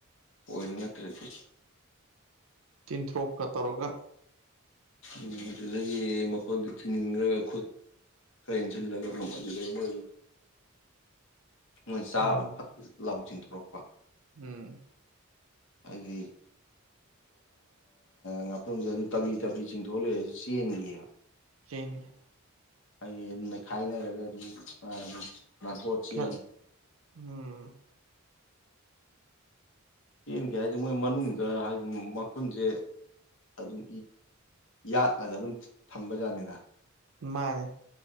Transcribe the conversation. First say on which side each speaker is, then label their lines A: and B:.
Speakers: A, on the left; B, on the right.
A: ꯑꯣꯏꯕ ꯅꯠꯇ꯭ꯔꯗꯤ
B: ꯇꯤꯟꯊꯣꯔꯣꯛꯀ ꯇꯧꯔꯒ
A: ꯎ ꯑꯗꯨꯗꯒꯤ ꯃꯈꯣꯟꯗꯨ ꯊꯤꯡꯖꯤꯟꯈ꯭ꯔꯒ ꯈꯨꯠ ꯈꯔ ꯏꯟꯁꯤꯜꯂꯒ ꯑꯗꯨ ꯑꯗꯨꯗꯒꯤ ꯃ ꯅꯣꯏ ꯆꯥꯕ
B: ꯎꯝ
A: ꯐꯠ ꯂꯥꯎ ꯆꯤꯟꯊꯣꯔꯛꯄ
B: ꯎꯝ
A: ꯍꯥꯏꯗꯤ ꯉꯥꯄꯨꯝꯁꯦ ꯑꯗꯨꯝ ꯇꯞꯂꯤ ꯇꯞꯂꯤ ꯆꯤꯡꯊꯣꯛꯂꯛꯑꯦ ꯑꯗꯨ ꯆꯦꯟꯒꯤꯕ
B: ꯆꯅꯤ
A: ꯑꯩ ꯃꯩꯈꯥꯏꯅꯔꯒ ꯑꯗꯨꯝ ꯑꯗꯨ ꯅ ꯇ ꯆ
B: ꯈꯔ ꯎꯝ
A: ꯆꯦꯟꯒꯦ ꯍꯥꯏꯁꯦ ꯃꯣꯏ ꯃꯅꯨꯡꯗ ꯍꯥꯏꯗꯤ ꯃꯈꯨꯟꯁꯦ ꯑꯗꯨꯝ ꯌꯥꯠꯂꯒ ꯑꯗꯨꯝ ꯊꯝꯕꯖꯠꯅꯤꯗ
B: ꯃꯥꯅꯦ